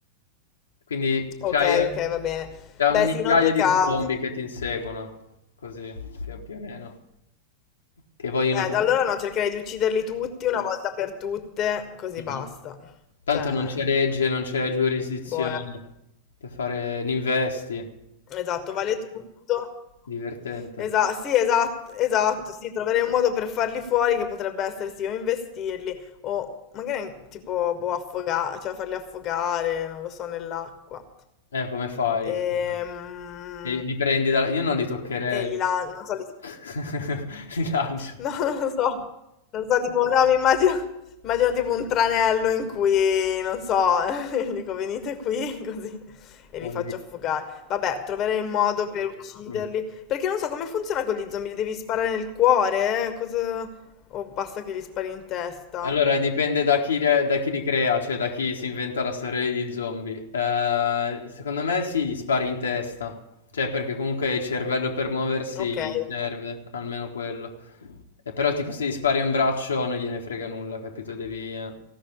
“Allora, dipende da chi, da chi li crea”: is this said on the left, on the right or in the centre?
Left